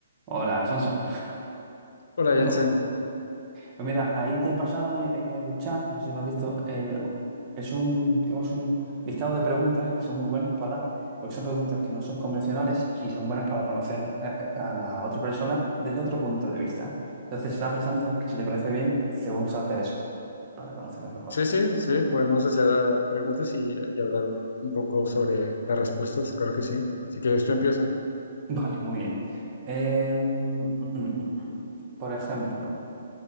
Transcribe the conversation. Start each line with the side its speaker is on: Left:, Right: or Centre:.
Right: Hola, Alfonso.
Left: Hola,
Right: De
Left: Jensen.
Right: nuevo. Pues mira, ahí te he pasado en en el chat, no sé si lo has visto, eh, es un, digamos, un listado de preguntas que son muy buenas para, porque son preguntas que no son convencionales y son buenas para conocer eh, eh, a la otra persona desde otro punto de vista. Entonces estaba pensando que si te parece bien, te vamos a hacer eso para conocerlos mejor.
Left: Sí, sí, sí, podemos hacer eh, preguntas y, y hablar un poco sobre las respuestas, claro que sí. Si quieres, tú empieza.
Right: <laughs> Vale, muy bien. Eh, mm, mm, mm, mm. Por ejemplo,